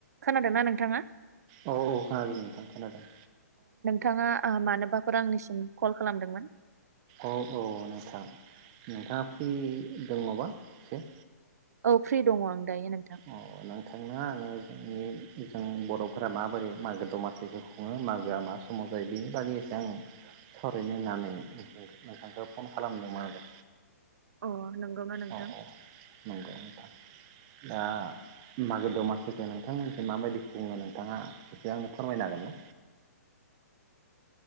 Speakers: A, on the right; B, on the right.
A: खोनादोंना नोंथाङा?
B: औ औ खोनादों नोंथां खोनादों।
A: थाङा ओ मानोबाफोर आंनिसिम कल खालामदोंमोन?
B: औ औ नोंथां नोंथाङा फ्रि दंबा एसे?
A: औ फ्रि दङ आं। दायो नोंथां
B: अ नोंथांनो आङो जोंनि जों बर'फोरा माबोरै मागो दमासिखौ खुङो मागोआ मा समाव जायो बेनि बागै एसो आं सावरायनो होननानै नोंथांखौ फन खालामदोंमोन आरो।
A: अ नंगौना नोंथां
B: अ अ नंगौ नोंथां। दा मागो दमासिखौ नोंथांमोनखौ माबायदि खुङो नोंथाङा बेसे आंनो फोरमायनो हागोन ना?